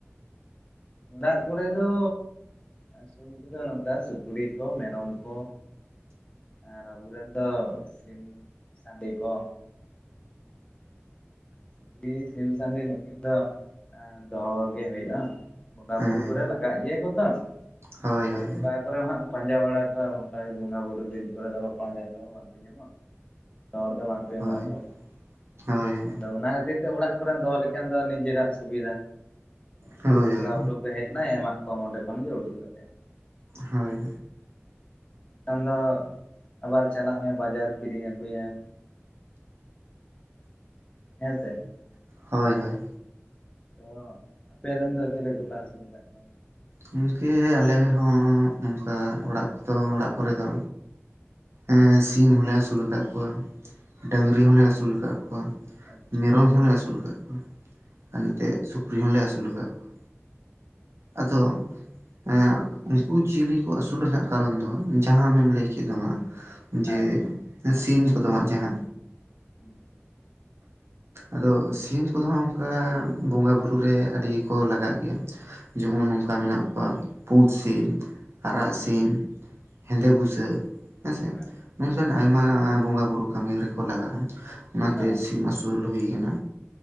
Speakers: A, on the left (about 25°); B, on the right (about 65°).
A: ᱚᱲᱟᱜ ᱠᱚᱨᱮ ᱫᱚ ᱟᱥᱩᱞ ᱠᱚᱫᱚ ᱱᱚᱝᱠᱟ ᱥᱩᱠᱨᱤ ᱠᱚ ᱢᱮᱨᱚᱢ ᱠᱚ ᱟᱨ ᱟᱵᱚᱨᱮᱱ ᱫᱚ ᱥᱤᱢ ᱥᱟᱺᱰᱤ ᱠᱚ ᱥᱩᱠᱨᱤ ᱥᱤᱢ ᱥᱟᱺᱰᱤ ᱱᱩᱠᱤᱱ ᱫᱚ ᱮ ᱫᱚᱦᱚ ᱜᱮ ᱦᱩᱭᱩᱜᱼᱟ ᱵᱚᱸᱜᱟ
B: ᱦᱮᱸ
A: ᱵᱩᱨᱩ ᱠᱚᱨᱮ ᱞᱟᱜᱟᱜ ᱜᱮᱭᱟ ᱠᱚᱛᱚ
B: ᱦᱳᱭ
A: ᱟᱫᱚ
B: ᱦᱳᱭ
A: ᱚᱝᱠᱟ ᱠᱚᱨᱮ ᱦᱟᱜ ᱯᱟᱸᱡᱟ ᱵᱟᱲᱟ ᱠᱚᱣᱟ ᱚᱱᱠᱟ ᱵᱚᱸᱜᱟ ᱵᱩᱨᱩ ᱫᱤᱱ ᱠᱚᱨᱮ ᱫᱚ ᱯᱟᱸᱡᱟ ᱛᱮᱦᱚᱸ ᱵᱟᱝᱠᱚ ᱧᱟᱢᱚᱜᱼᱟ ᱡᱚᱛᱚ ᱦᱚᱲ ᱫᱚ ᱵᱟᱝᱠᱚ ᱮᱢᱚᱜᱼᱟ
B: ᱦᱳᱭ
A: ᱛᱚ
B: ᱦᱳᱭ ᱦᱳᱭ
A: ᱟᱫᱚ ᱚᱱᱟ ᱠᱷᱟᱹᱛᱤᱨ ᱛᱮ ᱚᱲᱟᱜ ᱠᱚᱨᱮᱢ ᱫᱚᱦᱚ ᱞᱮᱠᱷᱟᱱ ᱫᱚ ᱱᱤᱡᱮᱨᱟᱜ ᱥᱩᱵᱤᱫᱷᱟ
B: ᱦᱳᱭ
A: ᱵᱚᱸᱜᱟ ᱵᱩᱨᱩ ᱯᱮ ᱦᱮᱡ ᱮᱱᱟ ᱮᱢᱟᱜ ᱠᱚᱣᱟᱢ ᱚᱸᱰᱮ ᱠᱷᱚᱱ ᱜᱮ ᱩᱰᱩᱠ ᱠᱟᱛᱮ
B: ᱦᱳᱭ
A: ᱠᱷᱟᱱ ᱫᱚ ᱟᱵᱟᱨ ᱪᱟᱞᱟᱜ ᱢᱮ ᱵᱟᱡᱟᱨ ᱠᱤᱨᱤᱧ ᱟᱜᱩᱭᱮᱢ ᱦᱮᱸ ᱥᱮ
B: ᱦᱳᱭ ᱦᱳᱭ
A: ᱛᱚ ᱟᱯᱮᱨᱮᱱ ᱫᱚ ᱪᱮᱞᱮ ᱠᱚᱯᱮ ᱟᱹᱥᱩᱞ ᱟᱠᱟᱫ ᱠᱚᱣᱟ?
B: ᱜᱚᱢᱠᱮ ᱟᱞᱮ ᱦᱚᱸ ᱱᱚᱝᱠᱟ ᱚᱲᱟᱜ ᱠᱚᱫᱚ ᱚᱲᱟᱜ ᱠᱚᱨᱮ ᱫᱚ ᱮᱸ ᱥᱤᱢ ᱦᱚᱞᱮ ᱟᱹᱥᱩᱞ ᱟᱠᱟᱫ ᱠᱚᱣᱟ ᱰᱟᱹᱝᱨᱤ
A: ᱟᱪᱪᱷᱟ
B: ᱦᱚᱞᱮ ᱟᱹᱥᱩᱞ ᱟᱠᱟᱫ ᱠᱚᱣᱟ
A: ᱟᱪᱪᱷᱟ
B: ᱢᱮᱨᱚᱢ ᱦᱚᱞᱮ ᱟᱹᱥᱩᱞ ᱟᱠᱟᱫ ᱠᱚᱣᱟ ᱟᱨ ᱱᱚᱛᱮ ᱥᱩᱠᱨᱤ ᱦᱚᱞᱮ ᱟᱹᱥᱩᱞ
A: ᱟᱪᱪᱷᱟ
B: ᱟᱠᱟᱫ ᱠᱚᱣᱟ ᱟᱫᱚ ᱮᱸ ᱩᱱᱠᱩ ᱡᱤᱭᱟᱹᱞᱤ ᱠᱚ ᱟᱹᱥᱩᱞ ᱨᱮᱱᱟᱜ ᱠᱟᱨᱚᱱ ᱫᱚ ᱡᱟᱦᱟᱸ ᱟᱢᱮᱢ ᱞᱟᱹᱭ ᱠᱮᱫ ᱱᱚᱣᱟ
A: ᱦᱮᱸ
B: ᱡᱮ
A: ᱦᱮᱸ
B: ᱥᱤᱢ ᱠᱚᱫᱚ ᱦᱟᱜ ᱡᱟᱦᱟ
A: ᱦᱮᱸ
B: ᱟᱫᱚ ᱥᱤᱢ ᱠᱚᱫᱚ ᱦᱟᱸᱜ ᱚᱱᱠᱟ ᱵᱚᱸᱜᱟ ᱵᱩᱨᱩ ᱨᱮ ᱟᱹᱰᱤ ᱜᱮᱠᱚ ᱞᱟᱜᱟᱜ ᱜᱮᱭᱟ ᱡᱮᱢᱚᱱ
A: ᱟᱪᱪᱷᱟ
B: ᱱᱚᱝᱠᱟ ᱢᱮᱱᱟᱜ ᱠᱚᱣᱟ ᱯᱩᱸᱰ ᱥᱤᱢ ᱟᱨᱟᱜ
A: ᱦᱮᱸ
B: ᱥᱤᱢ ᱦᱮᱸᱫᱮ ᱵᱩᱥᱟᱹᱜ ᱦᱮᱸᱥᱮ
A: ᱦᱮᱸ
B: ᱱᱚᱝᱠᱟᱱ ᱟᱭᱢᱟ ᱵᱚᱸᱜᱟ ᱵᱩᱨᱩ ᱠᱟᱹᱢᱤ ᱨᱮᱠᱚ ᱞᱟᱜᱟᱜᱼᱟ ᱚᱱᱟᱛᱮ
A: ᱟᱪᱪᱷᱟ
B: ᱥᱤᱢ ᱟᱥᱩ ᱟᱹᱥᱩᱞ ᱦᱩᱭ ᱟᱠᱟᱱᱟ